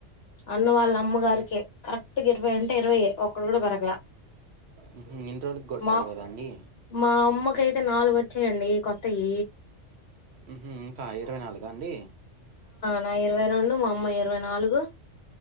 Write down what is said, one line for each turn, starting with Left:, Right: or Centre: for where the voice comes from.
Left: అన్న వాళ్ళ అమ్మగారికే
Right: మ్,
Left: కరెక్ట్ టిక్ ఇరవై అంటే ఇరవై ఒక్కటి కూడా దోరకలా
Right: మ్హూ. ఇన్ని రోజులకి కూడా
Left: మా
Right: పెరగలేదా అండి
Left: మా అమ్మ కైతు అయితే నాలుగు వచ్చాయండి కొత్తయి
Right: ఉహు ఇంకా ఇరవై నాలుగ అండి
Left: నాయి ఇరవై రెండు మా అమ్మ య్ ఇరవై నాలుగు